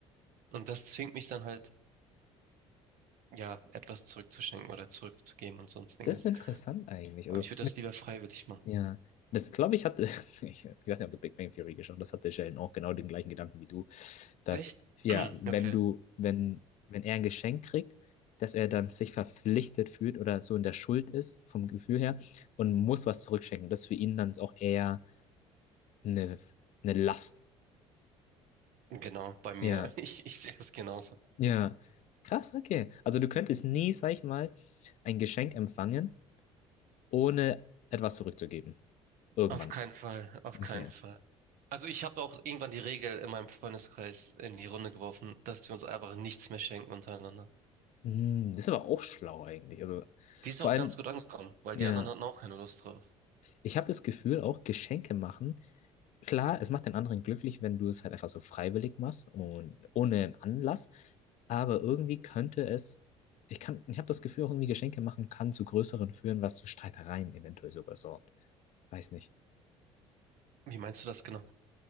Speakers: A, on the right; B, on the left.
A: Und das zwingt mich dann halt ja, etwas zurückzuschenken oder zurückzugeben und sonstiges.
B: das ist interessant eigentlich.
A: Und
B: Also,
A: ich würde das lieber freiwillig machen.
B: Ja, das glaube ich hatte, <laughs> ich weiß nicht, ob du Big Bang Theory geschaut hast, das hatte Sheldon auch genau den gleichen Gedanken wie du, dass,
A: Echt?
B: ja,
A: <clears throat>
B: wenn
A: Okay,
B: du, wenn, wenn er ein Geschenk kriegt, dass er dann sich verpflichtet fühlt oder so in der Schuld ist, vom Gefühl her, und muss was zurückschenken. Das ist für ihn dann auch eher eine, eine Last.
A: genau, bei mir.
B: Ja,
A: <laughs> Ich, ich sehe das genauso.
B: ja, krass, okay. Also du könntest nie, sag ich mal, ein Geschenk empfangen, ohne etwas zurückzugeben. Irgendwann.
A: Auf keinen Fall, auf
B: Okay.
A: keinen Fall. Also ich habe auch irgendwann die Regel in meinem Freundeskreis in die Runde geworfen, dass wir uns einfach nichts mehr schenken untereinander.
B: Hm, das ist aber auch schlau eigentlich. Also
A: Die ist
B: vor
A: auch
B: allem,
A: ganz gut angekommen, weil
B: ja,
A: die anderen hatten auch keine Lust drauf.
B: ich habe das Gefühl, auch Geschenke machen, klar, es macht den anderen glücklich, wenn du es halt einfach so freiwillig machst und ohne einen Anlass, aber irgendwie könnte es, ich kann, ich habe das Gefühl, auch irgendwie Geschenke machen kann zu größeren führen, was zu Streitereien eventuell sogar sorgt. Weiß nicht.
A: Wie meinst du das genau?